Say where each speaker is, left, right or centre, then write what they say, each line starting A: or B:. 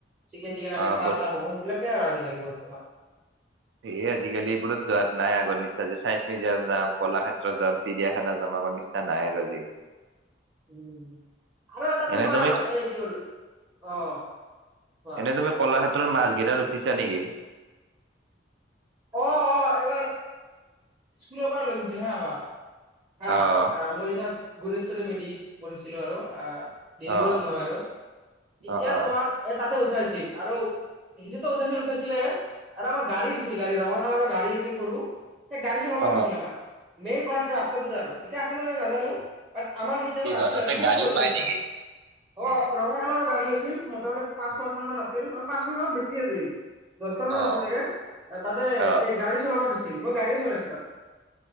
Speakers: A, on the right; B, on the right.
A: চিকেন টিকেন আনি
B: অ',
A: খোৱা
B: গত
A: চোৱা হ'ব সেইবিলাক আৰু আজিকালি বৰ্তমান।
B: এই আজিকালি এইবোৰত যোৱাত নাই আগৰ নিচ্চা যে চাইনঞ্চ মিউজিয়াম যাম, ক'লাক্ষেত্ৰত যাম, চিৰিয়াখানা যাম, আগৰ নিচিনা না নাই আৰু আজিকালি।
A: উম, আৰু এটা তোমাৰ
B: এনে তুমি
A: এইটো হ'ল অ' কোৱা
B: এনে তুমি ক'লাক্ষেত্ৰৰ মাছকেইটা উঠিছা নেকি?
A: অ' অ' এবাৰ স্কুলৰ পৰা লৈ গৈছিল হা আমাক হা
B: অ',
A: আহ মই যেতিয়া গুণেশ্বৰী মেধিত পঢ়িছিলো আৰু আহ ডৰিবত
B: অ',
A: নহয় আৰু, তেতিয়া
B: অ', অ',
A: তোমাৰ এ তাতে উঠাইছিল আৰু। সিটোতো উঠাইছিল উঠাইছিলে আৰু আৰু গাড়ী দিছিল গাড়ী ৰঙা কালাৰৰ গাড়ী আছিল সৰু সেই গাড়ী চলাবও
B: অ',
A: দিছিল আমাক মেইন ক'লাক্ষেত্ৰৰ ৰাস্তাটোত আৰু, এতিয়া আছে নে নাই নাজানো। আমাৰ সেই টাইমত
B: কি কয়
A: আছিলে
B: তাতে
A: আৰু বহুত
B: গাড়ীও
A: সৰু আছিল
B: পায়
A: তেতিয়া
B: নেকি?
A: অ
B: উম,
A: ৰঙা কালাৰৰ গাড়ী আছিল মোটামুটি পাঁচ ছয়খন মান আছিল পাঁচশ ছয়খন বেছি আছিল দচখন
B: অ',
A: মান আছিল চাগে। তাতে
B: অ'।
A: এই গাড়ী চলাব দিছিল, মই গাড়ীও চলাইছো তাতে।